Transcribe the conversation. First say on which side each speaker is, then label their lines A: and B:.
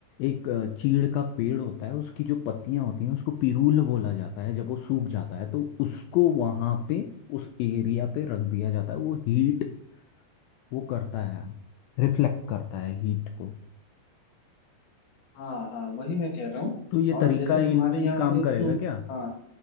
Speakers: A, on the left (about 85°); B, on the left (about 65°).
A: एक अ, चीड़ का पेड़ होता है उसकी जो पत्तियां होती हैं उसको पिरूल बोला जाता है जब वो सूख जाता है तो उसको वहाँ पे उस एरिया पे रख दिया जाता है वो हीट वो करता है रिफ्लेक्ट करता है हीट को
B: हाँ हाँ वही मैं कह रहा हूँ
A: तो ये
B: और
A: तरीका
B: जैसे तुम्हारे
A: इनमें
B: यहाँ
A: भी काम
B: पे तुम
A: करेगा क्या
B: हाँ